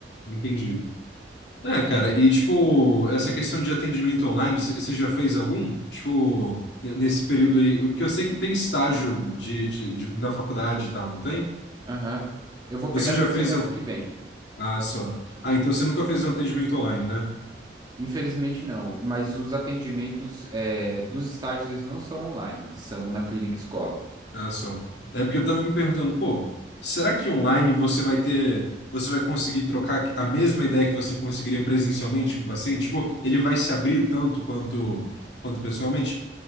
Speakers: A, on the left (about 70°); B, on the right (about 25°).
A: entendi. É, cara, e tipo, essa questão de atendimento online, você já fez algum? Tipo, n- nesse período aí, porque eu sei que tem estágio de, de, de- na faculdade e tal, não tem?
B: Aham. Eu vou
A: Você
B: pegar
A: já
B: tudo
A: fez
B: semestre
A: algum?
B: que vem.
A: Ah, só. Ah, então você nunca fez um atendimento online, né?
B: Infelizmente não, mas os atendimentos é, dos estágios eles não são online, eles são na clínica escola.
A: Ah, só. É porque eu tava me perguntando, pô, será que online você vai ter, você vai conseguir trocar a mesma ideia que você conseguiria presencialmente com o paciente? Tipo, ele vai se abrir tanto quanto, quanto pessoalmente?